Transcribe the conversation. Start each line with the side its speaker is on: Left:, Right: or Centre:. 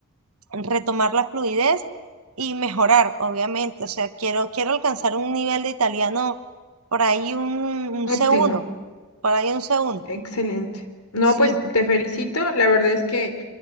Right: retomar la fluidez y mejorar, obviamente, o sea, quiero, quiero alcanzar un nivel de italiano por ahí un, un c
Left: Óptima,
Right: uno por ahí un c uno
Left: excelente. No,
Right: sí.
Left: pues te felicito. La verdad es que